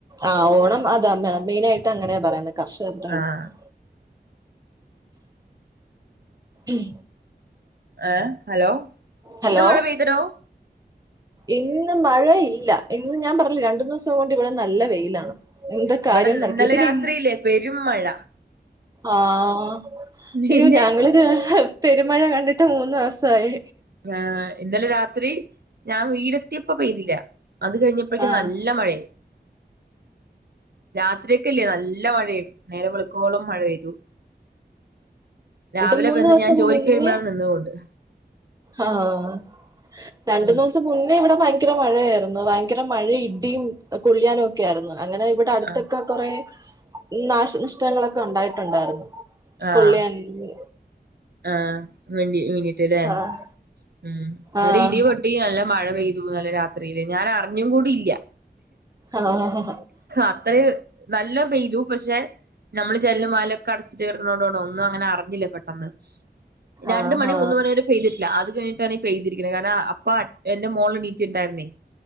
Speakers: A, on the right; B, on the right.
A: ആഹ് ഓണം അതാ മെനായിട്ട് അങ്ങനെയാ പറയുന്നത് കർഷകരുടെ ഉത്സവം
B: ആഹ്
A: ഉം
B: ഏ ഹലോ
A: ഹലോ
B: ഇന്ന് മഴ പൈതിന്നോ
A: ഇന്ന് മഴ ഇല്ല ഇന്ന് ഞാൻ പറഞ്ഞില്ല രണ്ടു ദിവസം കൊണ്ട് ഇവിടെ നല്ല വെയിലാണ് എന്തൊ
B: ഇവിടെ
A: കാര്യം നടത്തി
B: ഇന്നലെ
A: പിന്നെ
B: രാത്രിയില്ലേ പെരും മഴ
A: ആഹ്
B: പിന്നെ
A: അയ്യോ ഞങ്ങളൊരു പെരുമഴ കണ്ടിട്ട് മൂന്ന് ദിവസ സായി
B: ആഹ് ഇന്നലെ രാത്രി ഞാൻ വീട്ട് എത്തിയപ്പ പെയ്തില്ല അത് കഴിഞ്ഞപ്പോഴേകക്കും
A: ആഹ്
B: നല്ല മഴേ രാത്രിയൊക്കയില്ലേ നല്ല മഴെയ്തു നേരെ വെളുക്കുവോളം മഴ പെയ്തു രാവിലെ
A: രണ്ട് മൂന്ന്
B: വന്ന്
A: ദിവസം
B: ഞാൻ ജോലിക്ക്
A: മുന്നേ
B: വരുമ്പോഴാണ് നിന്നത് കൊണ്ട്
A: ആഹ് രണ്ടു
B: ഉം
A: മുന്നിസം മുന്നേ ഇവിടെ ഭയങ്കര മഴയായിരുന്നു ഭയങ്കര മഴ ഇഡിയും കോളിയനും ഒക്കെ ആയിരുന്നു അങ്ങനെ ഇവിടെ ഇവിടെ അടുത്തൊക്കെ
B: ആഹ്
A: കുറെ നാശനിഷ്ടങ്ങളൊക്കെ ഉണ്ടായിട്ടുണ്ടായിരുന്നു
B: ആഹ്
A: കോലിയന്നില്
B: ആഹ് വേണ്ടി വീട്ടല്ലേ
A: ആഹ്
B: ഉം ഇവിടെ
A: ആഹ്
B: ഇടി ഇടിം നല്ല മഴ പെയ്തു ഇന്നലെ രാത്രിയില് ഞാൻ അറിഞ്ഞും കൂടിയില്ല
A: ആഹ്
B: അത്രിം നല്ല പെയ്തു പക്ഷെ നമ്മള് ജനലും വാതിലൊക്കെ ക്കെ അടച്ചിട്ട് കടന്നോണ്ട് ഒന്നും അങ്ങനെ അറിഞ്ഞില്ല പെട്ടന്ന് രണ്ട്
A: ആഹ്
B: മണി മൂന്ന് മണി ഒര് പെയ്തിട്ടില്ല അത് കഴിഞ്ഞിട്ടാണ് ഈ പെയ്തിരിക്കുന്നത് കാരണം അപ്പ എന്റെ മോള് നീറ്റിണ്ടായിരുന്നേ